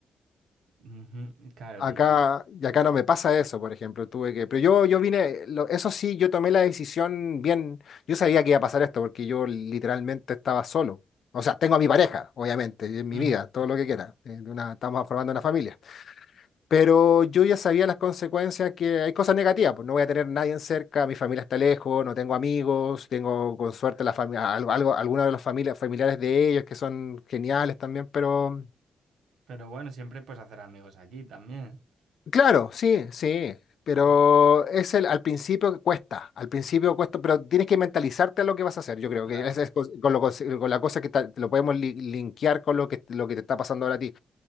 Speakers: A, on the right; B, on the left.
A: Ujú, claro,
B: Acá,
A: y
B: y acá no me pasa eso, por ejemplo, tuve que, pero yo, yo vine, lo- eso sí, yo tomé la decisión bien, yo sabía que iba a pasar esto porque yo literalmente estaba solo. O sea, tengo a mi pareja, obviamente, y en mi
A: ujú.
B: vida, todo lo que quiera. eh, de una- estamos formando una familia. Pero yo ya sabía las consecuencias que hay cosas negativas, pues no voy a tener nadie en cerca, mi familia está lejos, no tengo amigos, tengo con suerte la familia, algo, algo, algunos de los familia- familiares de ellos que son geniales también, pero
A: Pero bueno, siempre puedes hacer amigos allí también.
B: Claro, sí, sí, pero
A: Cla-
B: es el, al principio cuesta, al principio cuesta, pero tienes que mentalizarte a lo que vas a hacer. Yo creo
A: Claro,
B: que esa es cos- con, lo cons- con la cosa que ta- te lo podemos li- linkear con lo que, lo que te está pasando ahora a ti.